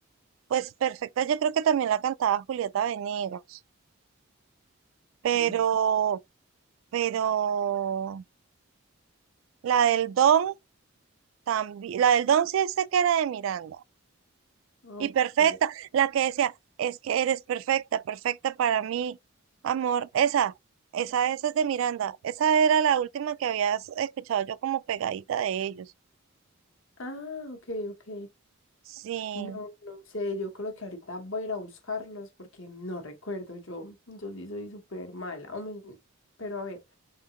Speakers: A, on the right; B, on the left.
A: pues perfecta yo creo que también la cantaba Julieta Venegas, pero,
B: Mm.
A: pero la del Don también, la del Don sí sé que era de Miranda.
B: Ok.
A: Y perfecta, la que decía, es que eres perfecta, perfecta para mí, amor. Esa, esa, esa es de Miranda. Esa era la última que habías escuchado yo como pegadita de ellos.
B: Ah, ok, ok.
A: Sí.
B: No, no sé, yo creo que ahorita voy a ir a buscarlos porque no recuerdo, yo, yo sí soy súper mala, o me- pero a ver.